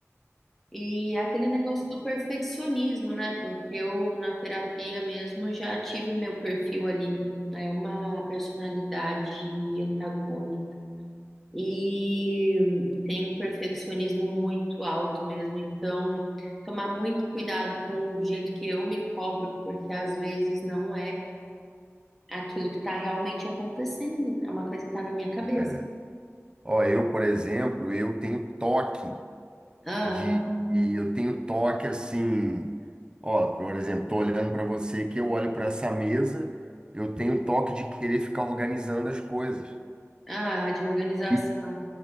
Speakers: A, in the centre; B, on the right.
A: E aquele negócio do perfeccionismo, né? Porque eu, na terapia mesmo, já tive meu perfil ali, é uma personalidade antagônica e tem um perfeccionismo muito alto mesmo. Então, tomar muito cuidado com o jeito que eu me cobro, porque às vezes não é aquilo que está realmente acontecendo, né? É uma coisa que está na minha cabeça.
B: É. Ó, eu, por exemplo, eu tenho toque
A: Ah,
B: de, e eu tenho toque assim, ó, por exemplo, tô olhando para você que eu olho para essa mesa, eu tenho toque de querer ficar organizando as coisas.
A: ah, de organização.
B: E,